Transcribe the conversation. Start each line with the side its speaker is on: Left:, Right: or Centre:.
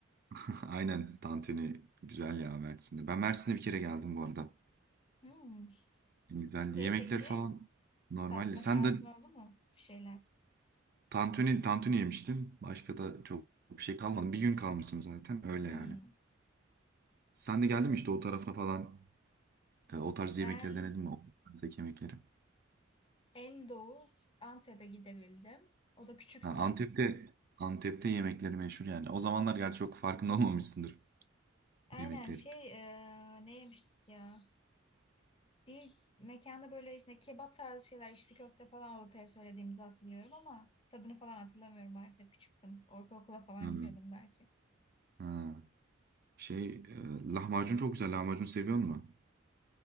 Right: <laughs> Aynen tantuni güzel ya Mersin'de. Ben Mersin'e bir kere geldim bu arada.
Left: Hmm.
Right: Güzel
Left: Şey
Right: yemekler
Left: peki
Right: falan normal.
Left: tatma
Right: Sen
Left: şansın
Right: de
Left: oldu mu bir şeyler?
Right: tantuni tantuni yemiştim. Başka da çok bir şey kalmadı. Bir gün kalmıştım zaten öyle
Left: Hmm.
Right: yani. Sen de geldin mi işte o tarafa falan? E, o tarz yemekleri
Left: Ben
Right: denedin mi? O tarzdaki yemekleri.
Left: en doğu Antep'e gidebildim. O da küçüktüm.
Right: Ha, Antep'te Antep'te yemekleri meşhur yani. O zamanlar gerçi çok farkında <laughs> olmamışsındır
Left: Aynen
Right: yemekleri.
Left: şey eee, ne yemiştik ya? Bir mekanda böyle işte kebap tarzı şeyler, içli köfte falan ortaya söylediğimizi hatırlıyorum ama tadını falan hatırlamıyorum maalesef küçüktüm. Ortaokula falan
Right: Hmm.
Left: gidiyordum belki.
Right: Ha. Şey, e, lahmacun çok güzel. Lahmacun seviyor musun?